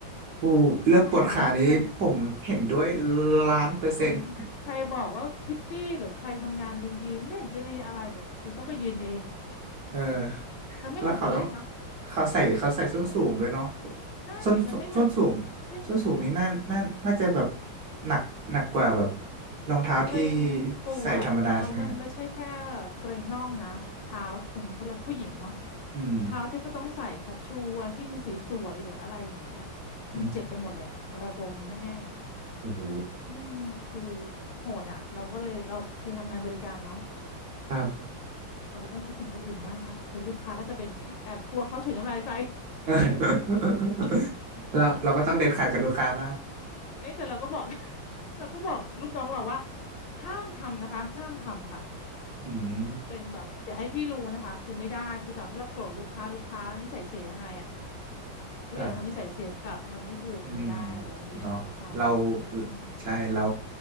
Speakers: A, on the right (about 55°); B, on the left (about 70°).
A: อู้เรื่องปวดขานี้ผมเห็นด้วย
B: แล้วถามว่าเงิน
A: ล้านเปอร์เซ็นต์
B: เหมือนใครบอกว่าพิตตี้หรือใครทำงานยืนยืนไม่เห็นจะมีอะไรแบบอยู่ต้องไปยืนเอง
A: เออ
B: มันไม่เหมือนเดินเล่นเนาะ
A: แล้วเขาต้องเขาใส่เขาใส่ส้นสูงด้วยเนาะ
B: ไม่เหมือนนะ ใช่
A: ส้นส้นสูง
B: มันไม่เหมือนไม่เหมือนนะ
A: ส้นสูงนี้น่าน่าน่าจะแบบหนักหนักกว่าแบบรองเท้าที่
B: เกรงปวดแล้วมันไม่ใช่แค่
A: ใส่ธรรมดาใช่ไหมฮะ
B: เกรงน่องนะเท้าของเขาเลยกผู้หญิงเนาะ
A: อืม
B: เท้าที่ก็ต้องใส่คัชชูอะไรที่มันสวยๆหรืออะไรอย่างเงี้ย
A: อืม
B: มันเจ็บไปหมดแหละระบมแน่
A: โอ้โห
B: ๆอืมคือโหดอ่ะเราก็เลยเราเคยทำงานบริการเนาะ
A: ครับ
B: เราก็ต้องคิดถึงคนอื่นบ้างค่ะเป็นลูกค้าก็จะเป็นแอบกลัวเขาถุยน้ำลายใส่
A: <laughs> เราเราก็ต้องเด็ดขาดกับลูกค้าบ้าง
B: <laughs> ก็ไม่เอ๊ะแต่เราก็บอก <laughs> เราก็บอกลูกน้องเราว่าห้ามทำนะคะห้ามทำค่ะ
A: <laughs> อืม
B: เป็นแบบอย่าให้พี่รู้นะคะคือไม่ได้คือต่อให้เราโกรธลูกค้าลูกค้านิสัยเสียยังไงอ่ะก็อย่าทำนิสัยเสียกลับมันไม่ถูกมันไม่ได้เราอย่าอย่าทำอะไรอย่างเงี้ยอืม
A: ครับอืมเนาะเราใช่เรา